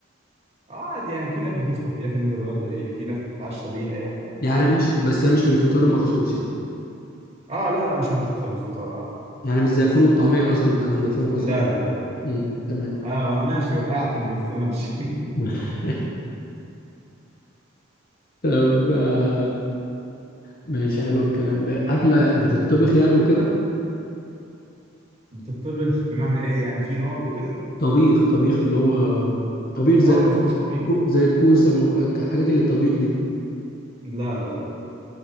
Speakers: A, on the right; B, on the left.
A: آه عادي يعني في ناس بتفطر فيها في ناس بتتغدى بيها في ناس بتتعشى بيها يعني
B: يعني
A: عادي
B: مش بس هي مش للفطار مخصوص يعني
A: اه لا لا مش مخصوصه للفطار عادي
B: يعني مش زي الفول والطعمية قصدي والكلام ده فاهم قصدي؟
A: لا لا لا
B: امم تمام
A: اه ماشي وقعتني بس ماشي
B: <laughs> طب آه، ماشي حلو الكلام ب- أكلة بتطبخ يعني وكده
A: <laughs> بتطبخ بمعنى ايه يعني في نار وكده
B: طبيخ طبيخ اللي هو طبيخ
A: لا
B: زي
A: هو ما فيهوش طبيخ
B: زي الكوسة المكا- الحاجات اللي الطبيخ دي
A: لا لا لا